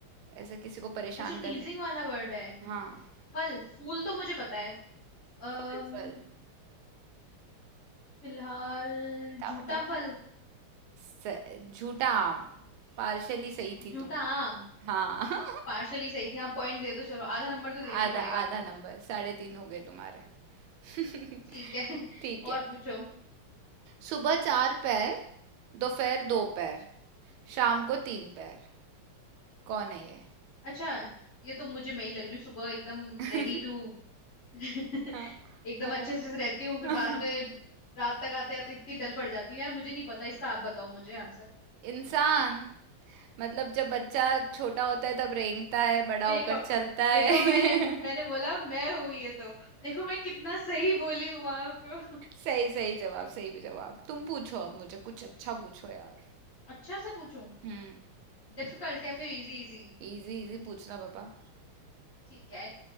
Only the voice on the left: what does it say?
अच्छा
टीजिंग वाला वर्ड
है
फल फूल तो मुझे पता है अम्म
फिलहाल
झूठा
फल
झूठा
आम
पार्शली सही थी हाँ पॉइंट दे दो चलो आधा नंबर तो देना ही
पड़ेगा आपको
ठीक है <laughs>
और पूछो
अच्छा ये तो मुझे मैं ही लग रही हूँ सुबह एकदम
रेडी टू <laughs>
एकदम
अच्छे से रहती हूँ फिर
बाद में रात तक आते आते इतनी डल पड़ जाती हूँ यार मुझे नहीं पता इसका आप बताओ मुझे आंसर
<clears throat>
देखो
देखो मैंने
मैंने बोला मैं हूं ये तो देखो मैं कितना सही बोली हूँ आपको
<laughs> अच्छा सा पूछूं
डिफिकल्ट या फिर इजी इजी
ठीक है